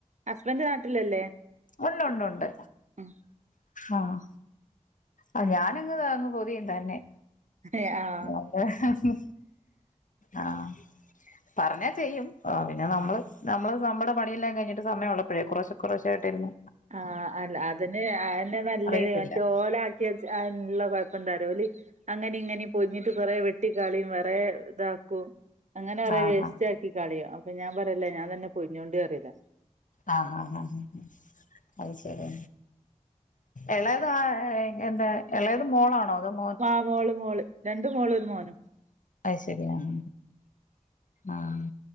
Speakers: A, on the right; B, on the left.
A: ഹസ്ബൻ്റ് നാട്ടിലല്ലേ
B: ഉണ്ടു ഒണ്ടു ഒണ്ട്
A: ഉം
B: ആഹ് ആഹ് ഞാനങ്ങ് അങ്ങ് പൊതിയും തന്നെ
A: ഏഹ് ആഹ്
B: അങ്ങനെ ആഹ് പറഞ്ഞാചെയ്യും പിന്നെ നമ്മള് നമ്മള് നമ്മടെ പണിയെല്ലാം കയിഞ്ഞിട്ട് സമയഉള്ളപ്പോഴേ കോറശെ കൊറെശായിട്ടായിരുന്നു
A: ആഹ് അല്ല അതിന് എന്നെ നല്ലത്
B: അറിയത്തില്ല
A: മറ്റേ ഓലി ക്കിവേച്ച ള്ള കൊഴപ്പം എന്തന്ന് അറിയോ അങ്ങനെ ഇങ്ങനെ പൊഞ്ഞിട്ട് കൊറെ വെട്ടിക്കാളിയും വേറെ ഇതാക്കൂ അങ്ങനെ കുറെ
B: ആഹ്
A: വേസ്റ്റ് ആക്കി കളിയും അപ്പൊ ഞാൻ പറയല്ല ഞാൻ തന്നെ പൊഞ്ഞോണ്ട പറിയും
B: ആഹ് ആഹ് ആഹ് അത് ശരി ഇളയത് ആഹ് എന്താ ഇളയത് മോളാണോ അതും
A: മാ മോള് മോള് രണ്ട് മോള് ഒരു മോനും
B: അത് ശരി ആഹ് ആഹ്